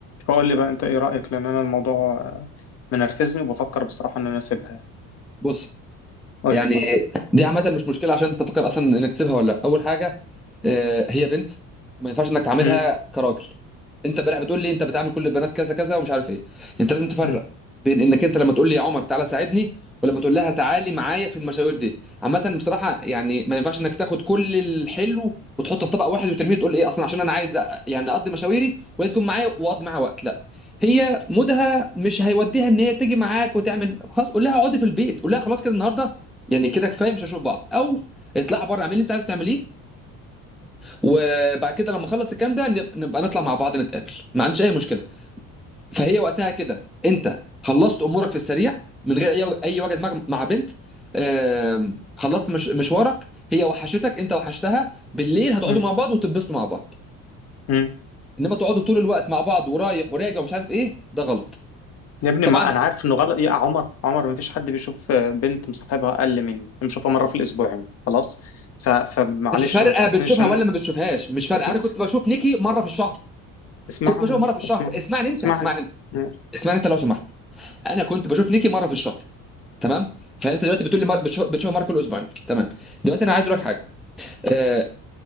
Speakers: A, on the left; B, in the centre.
A: قول لي بقى انت ايه رأيك لان انا الموضوع آه، منرفزني وبفكر بصراحة ان انا اسيبها يعني.
B: بص
A: قول
B: يعني
A: لي
B: دي عامه مش مشكله عشان انت تفكر اصلا انك تسيبها ولا لا اول حاجه آه، هي بنت وما ينفعش انك تعاملها
A: مم،
B: كراجل انت امبارح بتقول لي انت بتعامل كل البنات كذا كذا ومش عارف ايه انت لازم تفرق
A: مم،
B: بين انك انت لما تقول لي يا عمر تعالى ساعدني ولما تقول لها تعالي معايا في المشاوير دي عامه بصراحه يعني ما ينفعش انك تاخد كل الحلو وتحطه في طبق واحد وترميه تقول ايه اصلا عشان انا عايز أ- يعني اقضي مشاويري وهي تكون معايا واقضي معاها وقت لا هي مودها مش هيوديها ان هي تيجي معاك وتعمل خلاص قول لها اقعدي في البيت قول لها خلاص كده النهارده يعني كده كفايه مش هنشوف بعض او اطلع بره اعمل اللي انت عايز تعمليه وبعد كده لما اخلص الكلام ده نب- نبقى نطلع مع بعض نتقابل ما عنديش اي مشكله فهي وقتها كده انت خلصت امورك في السريع من غير اي اي وجد مع مع بنت آم، خلصت مش مشوارك هي وحشتك انت وحشتها بالليل هتقعدوا
A: مم،
B: مع بعض وتتبسطوا مع بعض
A: مم.
B: انما تقعدوا طول الوقت مع بعض ورايح وراجع ومش عارف ايه ده غلط
A: يا ابني
B: طبعا
A: ما انا عارف انه غلط إيه يا عمر عمر ما فيش حد بيشوف آه، بنت مصاحبها اقل مني بنشوفها مرة في الاسبوعين خلاص ف... فمعلش
B: مش فارقه
A: ما تحسنيش
B: بتشوفها
A: ان
B: ولا ما بتشوفهاش مش فارقه
A: اسمع
B: انا كنت بشوف نيكي مره في الشهر
A: اسمعني
B: كنت بشوفها مره في الشهر
A: اسمع
B: اسمعني انت
A: اسمعني
B: اسمعني انت
A: مم،
B: اسمعني انت لو سمحت انا كنت بشوف نيكي مره في الشهر تمام فانت دلوقتي بتقول لي مر- بتشوف بتشوف مره كل اسبوعين تمام دلوقتي انا عايز اقول لك حاجه آه،